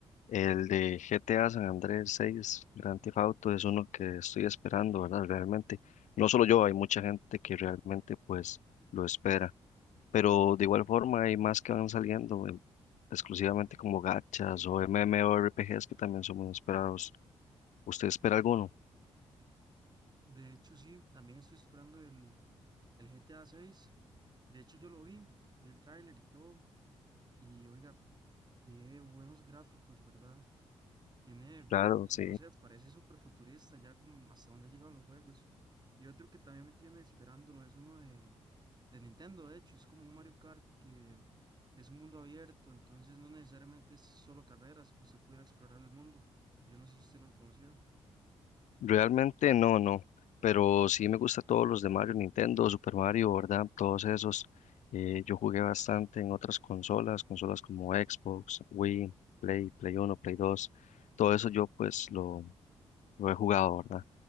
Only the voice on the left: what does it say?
El de GTA San Andrés 6, Grand Theft Auto, es uno que estoy esperando, ¿verdad? Realmente, no solo yo, hay mucha gente que realmente pues lo espera, pero de igual forma hay más que van saliendo, em, exclusivamente como gachas o MMORPGs que también son muy esperados. ¿Usted espera alguno?
Claro, sí.
Realmente no, no, pero sí me gusta todos los de Mario, Nintendo, Super Mario, ¿verdad? Todos esos. Eh, yo jugué bastante en otras consolas, consolas como Xbox, Wii, Play, Play 1, Play 2. Todo eso yo pues lo, lo he jugado, ¿verdad?